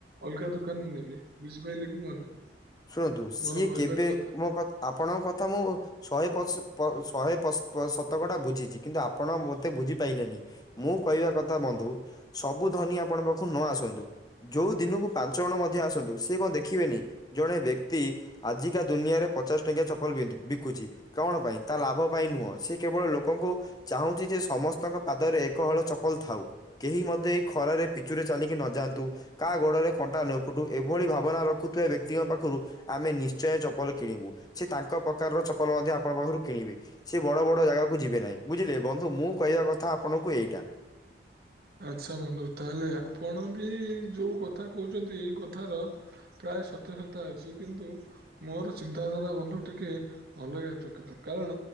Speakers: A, on the right; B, on the left.
A: ଅଲଗା ଦୋକାନରୁ ନେବେ ବୁଝିପାଇଲେ କି ବନ୍ଧୁ?
B: ଶୁଣନ୍ତୁ ସିଏ
A: ମୋର କହିବାର
B: କେବେ
A: କଥା।
B: ମୋ କ ଆପଣଙ୍କ କଥା ମୁଁ ଶହେ ପସ ପ ଶହେ ପସ୍ ପ ଶତକଡା ବୁଝିଛି କିନ୍ତୁ ଆପଣ ମୋତେ ବୁଝିପାଇଲେନି। ମୁଁ କହିବା କଥା ବନ୍ଧୁ, ସବୁ ଧନୀ ଆପଣଙ୍କ ପାଖକୁ ନ ଆସନ୍ତୁ। ଯୋଉ ଦିନକୁ ପାଞ୍ଚ ଜଣ ମଧ୍ୟ ଆସନ୍ତୁ। ସେ କଣ ଦେଖିବେନି ଜଣେ ବ୍ୟକ୍ତି ଆଜିକା ଦୁନିଆରେ ପଚାଶ ଟଙ୍କିଆ ଚପଲୁ ବିନ୍ଧୁ ବିକୁଚି। କଣ ପାଇଁ? ତା ଲାଭ ପାଇଁ ନୁହଁ। ସେ କେବଳ ଲୋକଙ୍କୁ ଚାହୁଁଛି ଯେ, ସମସ୍ତଙ୍କ ପାଦରେ ଏକ ହଳ ଚପଲ ଥାଉ। କେହି ମଧ୍ଯ ଏଇ ଖରାରେ ପିଚୁରେ ଚାଲିକି ନଯାଆନ୍ତୁ। କା ଗୋଡରେ କଣ୍ଟା ନ ଫୁଟୁ। ଏଭଳି ଭାବନା ରଖୁଥିବା ବ୍ୟକ୍ କ୍ତି ଙ୍କ ପାଖରୁ ଆମେ ନିଶ୍ଚୟ ଚପଲ କିଣିବୁ। ସେ ତାଙ୍କ ପ୍ରକାରର ଚପଲ ମଧ୍ୟ ଆପଣଙ୍କ ପାଖରୁ କିଣିବେ। ସେ ବଡ ବଡ ଜାଗାକୁ ଯିବେ ନାହିଁ, ବୁଝିଲେ ବନ୍ଧୁ। ମୁଁ କହିବା କଥା ଆପଣଙ୍କୁ ଏଇଟା।
A: ଆଚ୍ଛା, ବନ୍ଧୁ ତାହେଲେ ଆପଣ ବି ଯୋଉ କଥା କହୁଛନ୍ତି। ଏଇ କଥାର ପ୍ରାୟ ସତ୍ୟସତା ଅଛି। କିନ୍ତୁ, ମୋର ଚିନ୍ତାଧାରା ବନ୍ଧୁ ଟିକେ ଅଲଗା ପ୍ରକାର। କାରଣ